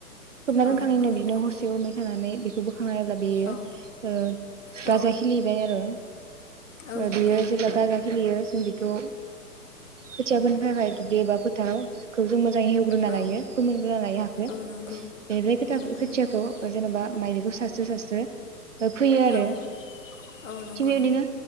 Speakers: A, on the right; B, on the left.
A: खोबना दोनखांनायनिनो
B: औ नंगौ नोंथां
A: बिनो हरसे हरनै थानानै बेखौबो खांना नायब्ला बेयो
B: औ
A: ओ गाजा
B: औ
A: खिलिबाय आरो
B: औ नंगौ
A: बियो जेब्ला गाजा खिलियो जों बि ओ खोथियाफोनो थाखाय दुब्लि एबा फोथाराव जों मोजां हेवग्रोना
B: औ
A: लायो फोमोनग्रोना लायो हाखो
B: औ नंगौ औ नंगौ
A: बेनिफ्राय खोथाखो
B: नोंथां
A: खोथियाखौ
B: औ नंगौ नोंथां
A: जेनेबा माइ सास्रो सास्रो फोयो आरो
B: औ औ नंगौ
A: थिग बेबायदिनो